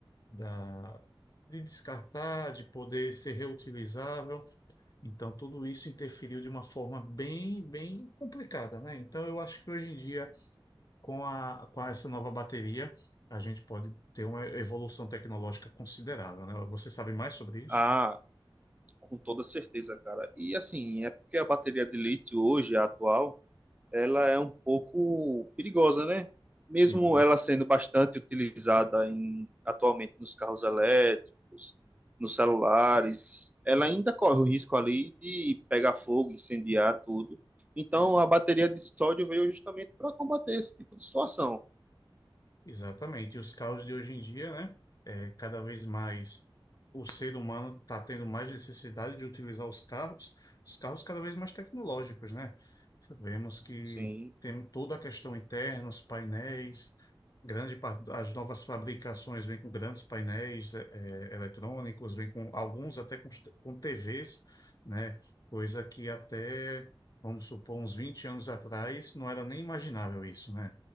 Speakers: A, on the left; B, on the right.
A: da, de descartar, de poder ser reutilizável. Então tudo isso interferiu de uma forma bem, bem complicada, né? Então eu acho que hoje em dia com a, com essa nova bateria, a gente pode ter uma evolução tecnológica considerável, né? Você sabe mais sobre isso?
B: Ah, com toda certeza, cara. E assim, é porque a bateria de lítio hoje, a atual, ela é um pouco perigosa, né? Mesmo
A: Sim.
B: ela sendo bastante utilizada em, atualmente nos carros elétricos, nos celulares, ela ainda corre o risco ali de pegar fogo, incendiar tudo. Então, a bateria de sódio veio justamente para combater esse tipo de situação.
A: Exatamente. E os carros de hoje em dia, né? É, cada vez mais o ser humano está tendo mais necessidade de utilizar os carros, os carros cada vez mais tecnológicos, né? Sabemos que
B: Sim,
A: tem toda a questão interna, os painéis, grande parte das novas fabricações vem com grandes painéis é, é, eletrônicos, vem com alguns até com, t- com TVs, né? Coisa que até, vamos supor, uns 20 anos atrás não era nem imaginável isso, né?